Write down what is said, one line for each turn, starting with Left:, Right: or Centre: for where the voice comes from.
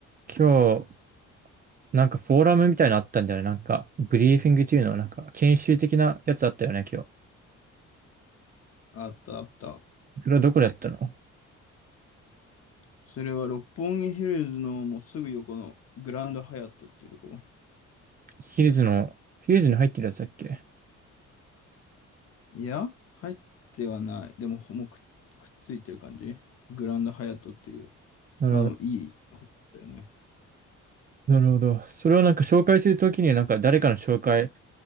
Right: 今日、なんかフォーラムみたいなのあったんだよね。なんか、ブリーフィングっていうの、はなんか、研修的なやつあったよね、今日。
Left: あったあった。
Right: それはどこでやったの
Left: それは六本木ヒルズのもうすぐ横のグランドハヤットっていうとこ。
Right: ヒルズの、ヒルズに入ってるやつだっけ
Left: いや、入ってはない。でも、ほもうく、くっついてる感じ。グランドハヤットっていう。
Right: なるほど。
Left: まあ、いいホテルだよね。
Right: なるほど。それをなんか紹介するときに、なんか誰かの紹介